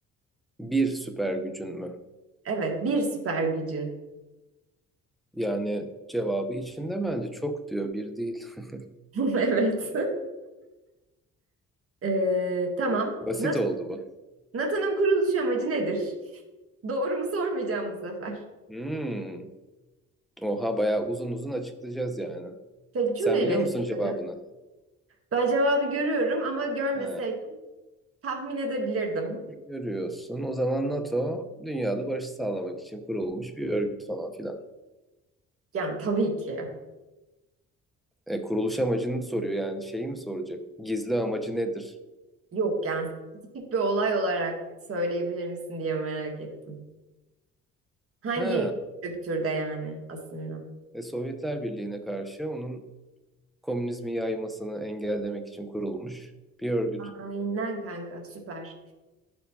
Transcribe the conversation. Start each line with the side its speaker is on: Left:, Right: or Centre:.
Centre: Bir süper gücün mü?
Right: Evet, bir süper gücün.
Centre: Yani cevabı içinde bence çok diyor bir değil. <laughs>
Right: <laughs> Evet. Ee, tamam.
Centre: Basit
Right: NAT-
Centre: oldu bu.
Right: NATO'nun kuruluş amacı nedir? <laughs> Doğru mu sormayacağım bu sefer.
Centre: Hmm. Oha bayağı uzun uzun açıklayacağız yani.
Right: Tek cümleyle
Centre: Sen biliyor
Right: açıklayacağım.
Centre: musun cevabını?
Right: Ben cevabı görüyorum ama görmeseydim
Centre: He.
Right: tahmin edebilirdim.
Centre: Görüyorsun. O zaman NATO dünyada barışı sağlamak için kurulmuş bir örgüt falan filan.
Right: Yani tabii ki.
Centre: E, kuruluş amacını soruyor yani şeyi mi soracak? Gizli amacı nedir?
Right: Yok yani spesifik bir olay olarak söyleyebilir misin diye merak ettim. Hangi
Centre: Ha,
Right: kültürde yani aslında?
Centre: e, Sovyetler Birliği'ne karşı onun komünizmi yaymasını engellemek için kurulmuş bir örgüt.
Right: Aynen kanka süper.